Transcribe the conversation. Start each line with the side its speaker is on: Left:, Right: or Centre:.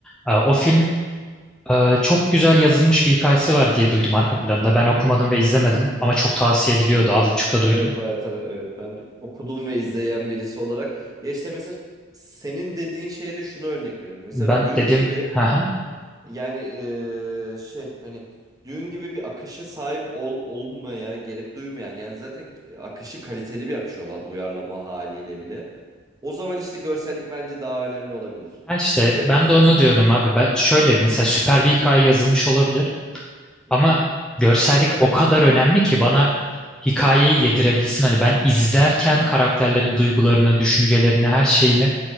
Centre: Aa, O
Right: Aha.
Centre: film e, çok güzel yazılmış bir hikayesi var diye duydum arka planda. Ben okumadım ve izlemedim ama çok tavsiye ediliyordu. Az buçuk da duydum.
Right: Evet bayağı tabii. Evet ben okudum ve izleyen birisi olarak. Ya işte mesela senin dediğin şeye de şunu örnek vereyim. Mesela
Centre: Ben
Right: Dune
Centre: dedim.
Right: gibi
Centre: Aha.
Right: Yani eee, şey hani düğün gibi bir akışa sahip ol, olmaya gerek duymayan yani zaten akışı kaliteli bir akış olan uyarlama haliyle bile o zaman işte görsellik bence daha önemli olabilir.
Centre: Ha işte
Right: Öyle
Centre: ben
Right: bir durumda.
Centre: de onu diyordum abi. Ben şöyle mesela süper bir hikaye yazılmış olabilir
Right: Hı
Centre: ama
Right: hı.
Centre: görsellik o kadar önemli ki bana hikayeyi yedirebilsin. Hani ben izlerken karakterlerin duygularını, düşüncelerini, her şeyini